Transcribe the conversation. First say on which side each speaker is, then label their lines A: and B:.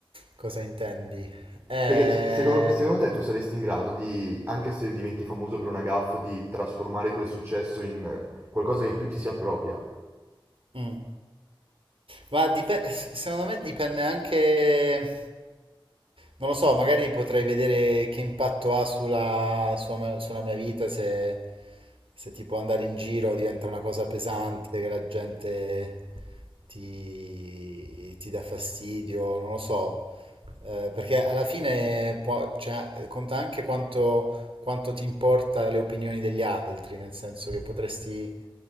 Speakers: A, on the right; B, on the right.
A: cosa intendi. Eh,
B: Perché s- secondo, secondo te tu saresti in grado di, anche se diventi famoso per una gaffe, di trasformare quel successo in qualcosa che più ti si appropria?
A: mm. Ma dipe- secondo me dipende anche, non lo so, magari potrei vedere che impatto ha sulla, sulla- sulla mia vita se, se tipo andare in giro diventa una cosa pesante, che la gente ti, ti dà fastidio, non lo so. Eh, perché alla fine può- cioè, conta anche quanto quanto ti importa le opinioni degli altri, nel senso che potresti